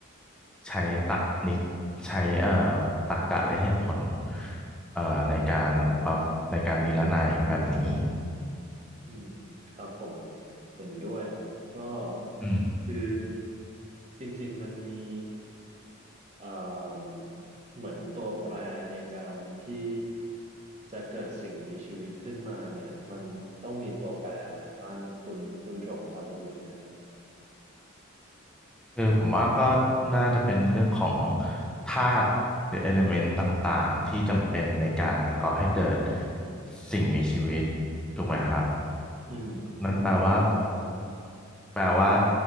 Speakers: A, in the centre; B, on the right.
A: ใช้ตรรกนิกใช้เอ่อตรรกะและเหตุผลเอ่อในการอุปในการนิรนัยแบบนี้
B: อืมครับผมเห็นด้วยครับ ก็
A: อืม
B: คือจริงๆมันมีเอ่มเหมือนตัวแปรในการที่จะเกิดสิ่งมีชีวิตขึ้นมาเนี่ยมันต้องมีตัวแปรอะไรบ้างคุณคุณชงพอจะรู้ไหมครับ
A: คือผมว่าก็น่าจะเป็นเรื่องของธาตุหรือเอลิเมนต์ต่างๆที่จำเป็นในการก่อให้เกิดสิ่งมีชีวิตถูกไหมครับ
B: อืม
A: นั่นแปลว่า
B: ครับผม
A: แปลว่า